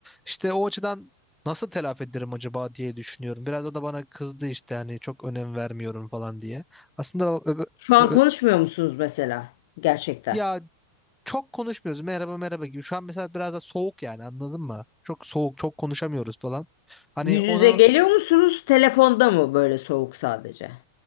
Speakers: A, in the centre; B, on the left (about 50°).
A: işte o açıdan nasıl telafi ederim acaba diye düşünüyorum. Biraz o da bana kızdı işte hani çok önem vermiyorum falan diye. Aslında ö-
B: Şu an
A: ö-
B: konuşmuyor musunuz mesela? Gerçekten.
A: ya çok konuşmuyoruz. Merhaba merhaba gibi. Şu an mesela biraz da soğuk yani anladın mı? Çok soğuk, çok konuşamıyoruz falan. Hani
B: Yüz
A: onu
B: yüze geliyor musunuz? Telefonda mı böyle soğuk sadece?